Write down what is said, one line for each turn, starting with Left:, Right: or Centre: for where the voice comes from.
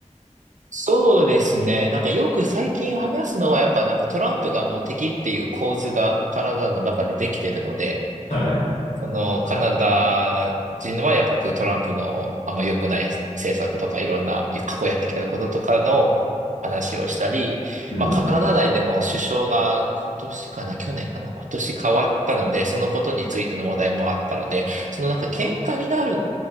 Right: そうですね。なんかよく最近話すのは、やっぱなんかトランプがもう敵っていう構図がカナダの中でできてるので、
Left: はい。
Right: その、カナダ人はやっぱりトランプのあんま良くない政策とかいろんな過去やってきたこととかの話をしたり、
Left: うん。
Right: まあカナダ内でも首相が今年かな、去年かな、今年変わったので、そのことについての話題もあったので、そのなんか喧嘩になる